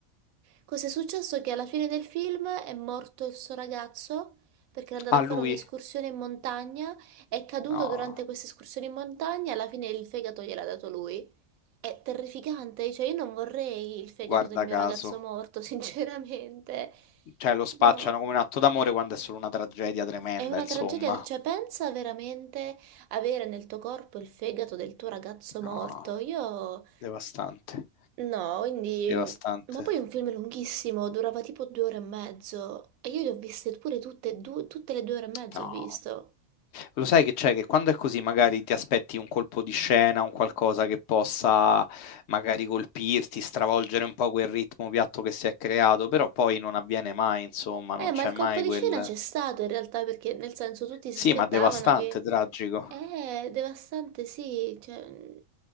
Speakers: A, on the right; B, on the left.
A: Cos'è successo? Che alla fine del film è morto il suo ragazzo perché era andato
B: Ah,
A: a
B: lui?
A: fare un'escursione in montagna, è caduto
B: No,
A: durante questa escursione in montagna, alla fine il fegato gliel'ha dato lui. È terrificante, cioè io non vorrei il fegato
B: guarda
A: del mio
B: caso.
A: ragazzo morto, <laughs> sinceramente.
B: Cioè, lo spacciano
A: No.
B: come un atto d'amore quando è solo una tragedia tremenda,
A: È una
B: insomma.
A: tragedia, cioè pensa veramente avere nel tuo corpo il fegato del tuo ragazzo morto.
B: No,
A: Io
B: devastante.
A: no, quindi
B: Devastante.
A: ma poi è un film lunghissimo, durava tipo due ore e mezzo e io li ho viste pure tutte e due, tutte le due ore e mezzo
B: No.
A: ho visto.
B: Lo sai che c'è che quando è così magari ti aspetti un colpo di scena, un qualcosa che possa magari colpirti, stravolgere un po' quel ritmo piatto che si è creato, però poi non avviene mai, insomma,
A: Eh,
B: non
A: ma
B: c'è
A: il
B: mai
A: colpo di
B: quel...
A: scena c'è stato in realtà perché nel senso tutti
B: Sì,
A: si aspettavano
B: ma devastante,
A: che
B: tragico.
A: eh, devastante sì, cioè